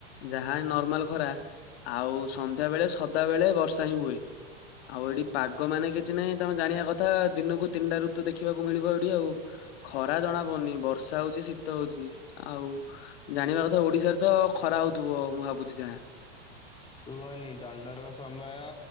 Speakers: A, on the left; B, on the left.
A: ଯାହା ଏଇ ନର୍ମାଲ ଖରା ଆଉ ସନ୍ଧ୍ୟାବେଳେ ସଦାବେଳେ ବର୍ଷା ହିଁ ହୁଏ। ଆଉ ଏଠି ପାଗ ମାନେ କିଛି ନାହିଁ ତମେ ଜାଣିବା କଥା ଦିନକୁ ତିନଟା ଋତୁ ଦେଖିବାକୁ ମିଳିବ ଏଠି ଆଉ। ଖରା ଜଣା ପଡୁନି ବର୍ଷା ହୋଉଚି ଶୀତ ହୋଉଚି ଆଉ ଜାଣିବା କଥା ଓଡିଶାରେ ତ ଖରା ହୋଉଥୁବ ମୁଁ ଭାବୁଚି ଯାହା।
B: କୁହନି ଡଣ୍ଡର ସମୟ